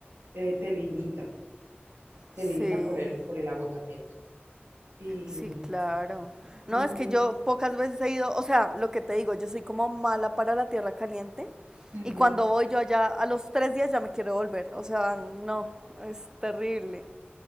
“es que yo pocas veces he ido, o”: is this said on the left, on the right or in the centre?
Right